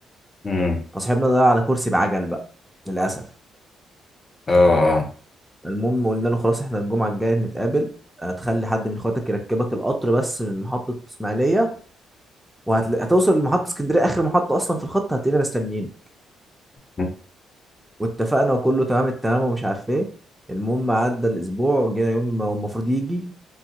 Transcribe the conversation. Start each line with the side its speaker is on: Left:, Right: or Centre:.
Left: امم
Centre: فصاحبنا ده على كرسي بعجل بقى للاسف
Left: اه آه.
Centre: المهم قلنا له خلاص احنا الجمعه الجايه نتقابل هتخلي حد من اخواتك يركبك القطر بس من محطه اسماعيليه وهتوصل لمحطه اسكندريه اخر محطه اصلا في الخط هتلاقينا مستنيين
Left: مم.
Centre: واتفقنا وكله تمام التمام ومش عارف ايه المهم عدى الاسبوع جينا يوم ما هو المفروض يجي